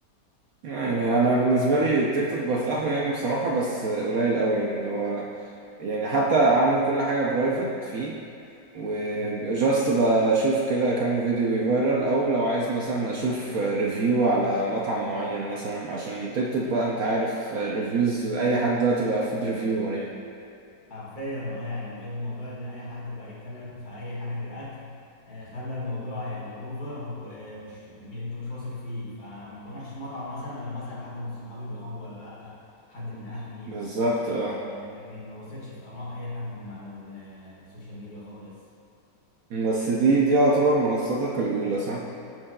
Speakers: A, on the right; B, on the left.
A: يعني انا بالنسبة لي التيك توك بفتحه يعني بصراحة بس قليل قوي يعني اللي هو يعني حتى اعمل كل حاجة برايفت فيه وجاست
B: مم.
A: بشوف كده كام فيديو بيفيرال او لو عايز مثلا اشوف ريفيو على مطعم معين مثلا عشان تيك توك بقى انت عارف ريفيوز اي حد دلوقتي بقى فود ريفيور يعني
B: حرفيا اه يعني بجد موضوع ان اي حد بقى يتكلم في اي حاجه في الاكل آه خلى الموضوع يعني اوفر ومش م- انت مش واثق فيه فما بروحش مطعم مثلا لما اسال حد من صحابي جربه ولا لا حد من اهلي
A: بالظبط
B: يعني
A: اه
B: لكن ما بثقش في اراء اي حد من على ال- السوشيال ميديا خالص
A: بس دي دي يعتبر منصتك الاولى صح